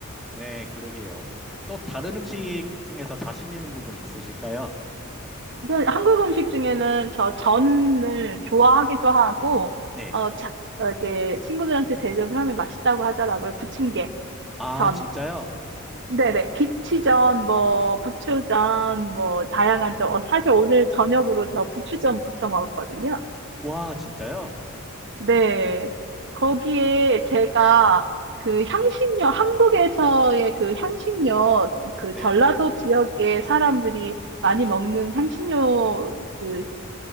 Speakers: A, in the centre; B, on the right.
A: 네, 그러게요. 또 다른 음식 중에서 자신 있는 부분이 있으실까요?
B: 저는 한국 음식 중에는 저 전을 좋아하기도 하고,
A: 네.
B: 어, 자- 어, 이렇게 친구들한테 대접을 하면 맛있다고 하더라고요. 부침개,
A: 아,
B: 전.
A: 진짜요?
B: 네네, 김치전, 뭐, 부추전, 뭐, 다양한 전. 어, 사실 오늘 저녁으로 저 부추전 부쳐 먹었거든요.
A: 와, 진짜요?
B: 네. 거기에 제가 그 향신료, 한국에서의 그 향신료, 그
A: 네.
B: 전라도 지역의 사람들이 많이 먹는 향신료 그